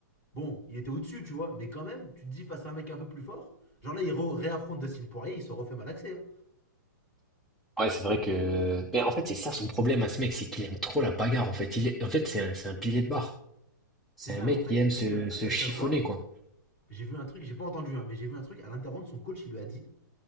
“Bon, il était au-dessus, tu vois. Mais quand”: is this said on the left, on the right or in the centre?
Left